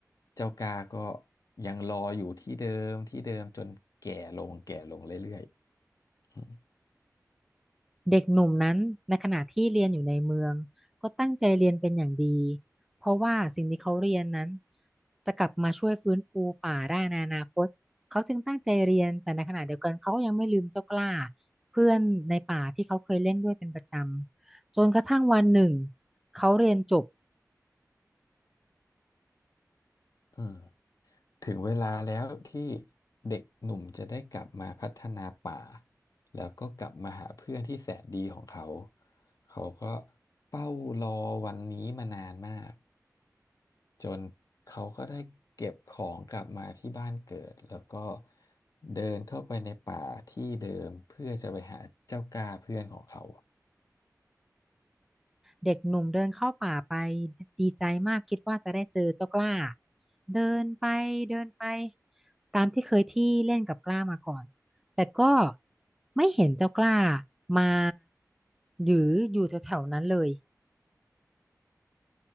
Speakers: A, on the left; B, in the centre.
A: เจ้ากาก็ยังรออยู่ที่เดิมที่เดิมจนแก่ลงแก่ลงเรื่อยๆอืม
B: เด็กหนุ่มนั้นในขณะที่เรียนอยู่ในเมืองก็ตั้งใจเรียนเป็นอย่างดีเพราะว่าสิ่งที่เขาเรียนนั้นจะกลับมาช่วยฟื้นฟูป่าได้ในอนาคตเขาจึงตั้งใจเรียนแต่ในขณะเดียวกันเขาก็ยังไม่ลืมเจ้ากล้าเพื่อนในป่าที่เขาเคยเล่นด้วยเป็นประจำจนกระทั่งวันหนึ่งเขาเรียนจบ
A: อืมถึงเวลาแล้วที่เด็กหนุ่มจะได้กลับมาพัฒนาป่าแล้วก็กลับมาหาเพื่อนที่แสนดีของเขาเขาก็เฝ้ารอวันนี้มานานมาก จนเขาก็ได้เก็บของกลับมาที่บ้านเกิดแล้วก็เดินเข้าไปในป่าที่เดิมเพื่อจะไปหาเจ้ากาเพื่อนของเขา
B: เด็กหนุ่มเดินเข้าป่าไปดีใจมากคิดว่าจะได้เจอเจ้ากล้าเดินไปเดินไปตามที่เคยที่เล่นกับกล้ามาก่อนแต่ก็ไม่เห็นเจ้ากล้ามาหรืออยู่แถวๆนั้นเลย